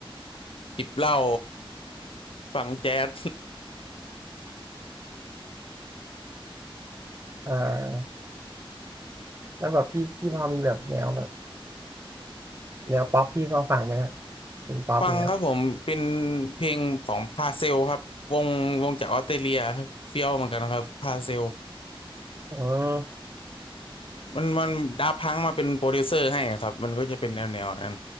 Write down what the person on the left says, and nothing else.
จิบเหล้าฟังแจ๊ส
<laughs> ฟังครับผมเป็นเพลงของพาเซลครับวงวงจากออสเตรเลียเฟี้ยวเหมือนกันครับพาเซล
มันมันดาพังมาเป็นโปรดิวเซอร์ให้อะครับมันก็จะเป็นแนวแนวนั้น